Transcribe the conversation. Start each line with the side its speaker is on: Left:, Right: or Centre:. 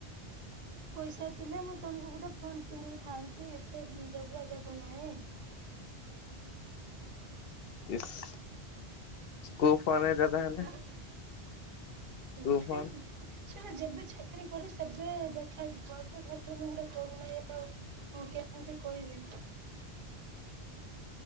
Right: ପଇସା ଥିଲେ ମୁଁ ତମୁକୁ ଗୋଟେ ଫୋନ୍ କିଣି ଦେଇଥାନ୍ତି ଏତେ ଜଗୁଆ ଯାକ ନାଇଁ।
Left: ଇସ୍ କଉ ଫୋନ୍ ଦେଇଥାନ୍ତ ତାହେଲେ?
Right: ଆଁ <unintelligible>
Left: କୋଉ ଫୋନ?
Right: ଚାକିରି କରେ ସେବେ ଦେଖାଯିବ <unintelligible> ମୋର ଗୋଟେ ଫୋନ ନାଇଁ ଆଉ ମୁଁ କେମିତି କହିବି